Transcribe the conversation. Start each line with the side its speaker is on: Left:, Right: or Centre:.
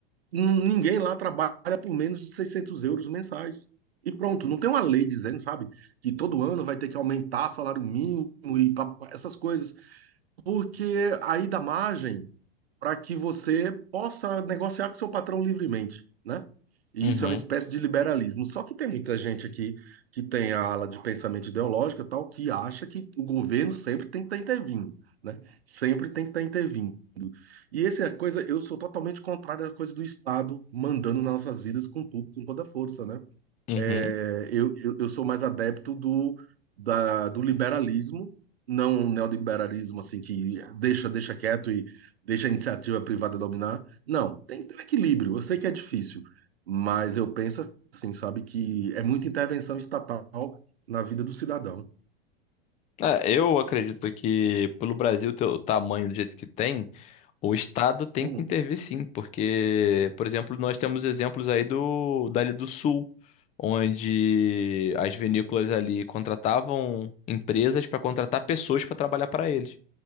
Right: n- ninguém lá trabalha por menos de 600 euros mensais. E pronto, não tem uma lei dizendo, sabe, que todo ano vai ter que aumentar salário mínimo e pa- pa- essas coisas, porque aí dá margem para que você possa negociar com seu patrão livremente, né? E
Left: Uhum.
Right: isso é uma espécie de liberalismo. Só que tem muita gente aqui que tem a ala de pensamento ideológico e tal, que acha que o governo sempre tem que estar intervindo, né? Sempre tem que estar intervindo. E essa é a coisa, eu sou totalmente contrário à coisa do Estado mandando nas nossas vidas com tudo, com toda a força, né?
Left: Uhum.
Right: É, eu, eu, eu sou mais adepto do, da, do liberalismo, não um neoliberalismo assim que deixa, deixa quieto e deixa a iniciativa privada dominar. Não, tem que ter um equilíbrio. Eu sei que é difícil, mas eu penso assim, sabe, que é muita intervenção estatal na vida do cidadão.
Left: É, eu acredito que pelo Brasil ter o tamanho do jeito que tem, O Estado tem
Right: Hum,
Left: que intervir sim, porque, por exemplo, nós temos exemplos aí do dali do Sul, onde as vinícolas ali contratavam empresas para contratar pessoas para trabalhar para eles.